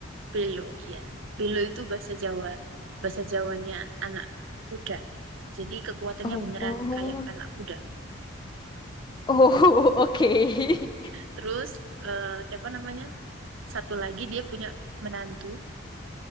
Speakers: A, on the right (about 60°); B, on the left (about 20°).
A: Belo, iya. Belo itu bahasa Jawa. Bahasa Jawanya anak kuda. Jadi kekuatannya
B: Oh,
A: beneran
B: oh,
A: kayak anak kuda.
B: oh, <laughs> oke.
A: Terus eh, siapa namanya? Satu lagi dia punya menantu.